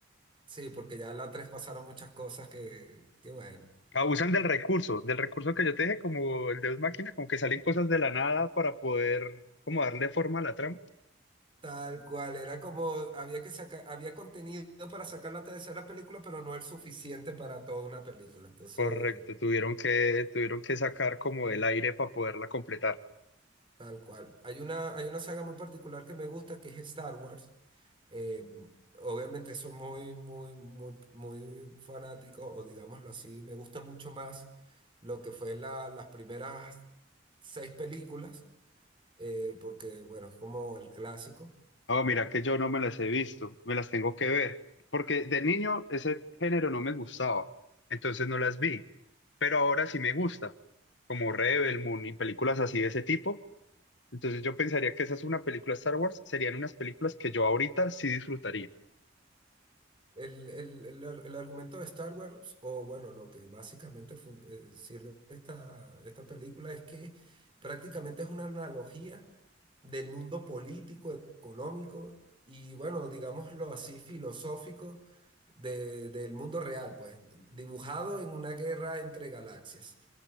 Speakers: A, on the right; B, on the left.
A: sí, porque ya la tres pasaron muchas cosas que, que bueno.
B: Abusan del recurso, del recurso que yo te dije, como el Deus Máquina, como que salen cosas de la nada para poder como darle forma a la trama.
A: Tal cual, era como, había que sacar, había contenido para sacar la tercera película, pero no el suficiente para toda una película. Entonces,
B: Correcto, tuvieron que, tuvieron que sacar como del aire para poderla completar.
A: tal cual. Hay una, hay una saga muy particular que me gusta, que es Star Wars. Eh, obviamente soy muy, muy, muy, muy fanático, o digámoslo así, me gusta mucho más lo que fue la- las primeras seis películas, eh, porque, bueno, es como el clásico.
B: Oh, mira que yo no me las he visto, me las tengo que ver, porque de niño ese género no me gustaba, entonces no las vi, pero ahora sí me gusta, como Rebel Moon y películas así de ese tipo, entonces yo pensaría que esa es una película Star Wars, serían unas películas que yo ahorita sí disfrutaría.
A: El, el- el ar- el argumento de Star Wars, o bueno, lo que básicamente fun- eh, sirve esta, esta película es que prácticamente es una analogía del mundo político, económico y bueno, digámoslo así, filosófico de- del mundo real, pues dibujado en una guerra entre galaxias.